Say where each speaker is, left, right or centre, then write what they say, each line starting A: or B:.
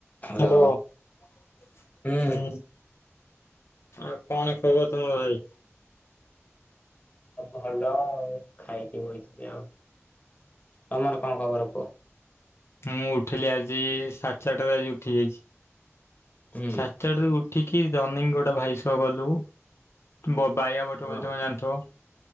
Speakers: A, on the left (about 30°); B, on the left (about 60°).
A: Hello.
B: Hello ହୁଁ।
A: ହୁଁ
B: ଆଉ କଣ ଖବର ତମର ଭାଇ?
A: ଅ ଭଲ ଆଉ ଖାଇକି ବଇଥିଲି ଆଉ ତମର କଣ ଖବର କୁହ?
B: ମୁଁ ଉଠିଲି ଆଜି ସା ଚାରିଟାରେ ଆଜି ଉଠି ଯାଇଚି।
A: ହୁଁ
B: ସା ଆଡେରୁ ଉଠିକି ରାନୀଙ୍ଗ ଗୋଟେ ଭାଇ ସହ ଗଲୁ। ବ ବାଇଆ ବୋଠ
A: ହଁ
B: ବ ତମେ ଜାଣଥିବ।